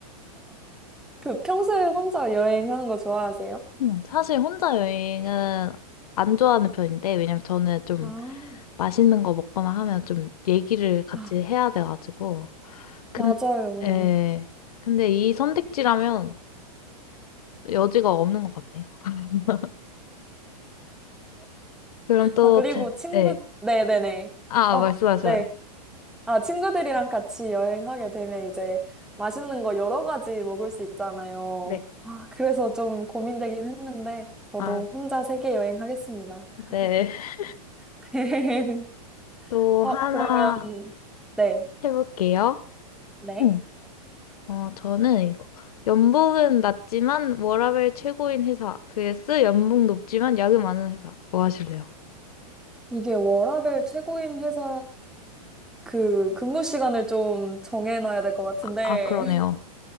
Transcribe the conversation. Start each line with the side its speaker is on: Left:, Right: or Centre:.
Centre: 그 평소에 혼자 여행하는 거 좋아하세요?
Left: 음, 사실 혼자 여행은 안 좋아하는 편인데, 왜냐면 저는 좀
Centre: 아,
Left: 맛있는 거 먹거나 하면 좀 얘기를 같이
Centre: 아,
Left: 해야 돼가지고. 근,
Centre: 맞아요.
Left: 에, 근데 이 선택지라면 여지가 없는 것 같네요. <laughs> 그럼 또,
Centre: 아, 그리고
Left: 제,
Centre: 친구,
Left: 네.
Centre: 네네네.
Left: 아,
Centre: 아,
Left: 말씀하셔요.
Centre: 네. 아, 친구들이랑 같이 여행하게 되면 이제 맛있는 거 여러 가지 먹을 수 있잖아요.
Left: 네.
Centre: 아, 그래서 좀 고민되긴 했는데, 저도
Left: 아,
Centre: 혼자 세계 여행하겠습니다.
Left: 네. <laughs>
Centre: <laughs>
Left: 또
Centre: 어,
Left: 하나
Centre: 그러면, 네.
Left: 해볼게요.
Centre: 네.
Left: 응. 어, 저는 이거. 연봉은 낮지만 워라밸 최고인 회사 vs 연봉 높지만 야근 많은 회사. 뭐 하실래요?
Centre: 이게 워라밸 최고인 회사 그 근무 시간을 좀 정해놔야 될 것 같은데.
Left: 아, 아, 그러네요.